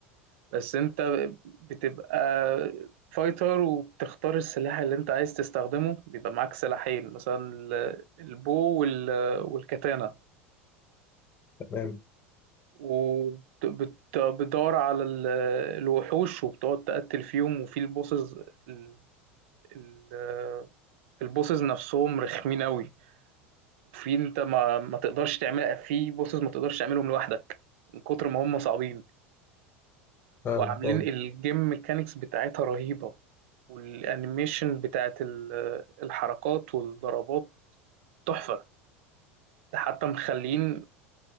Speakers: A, on the right; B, on the left.
A: بس انت بتبقى فايتر وبتختار السلاح اللي انت عايز تستخدمه بيبقى معاك سلاحين مثلا ال- البو وال- والكاتانا
B: تمام
A: وبتدور على ال- الوحوش وبتقعد تقتل فيهم وفي البوسز ال- ال- البوسز نفسهم رخمين قوي وفي انت ما ما تقدرش تعمل في بوسز ما تقدرش تعملهم لوحدك من كتر ما هم صعبين
B: فاهمك
A: وعاملين
B: اه
A: الجيم ميكانيكس بتاعتها رهيبة والانيميشن بتاعت ال- الحركات والضربات تحفة ده حتى مخلين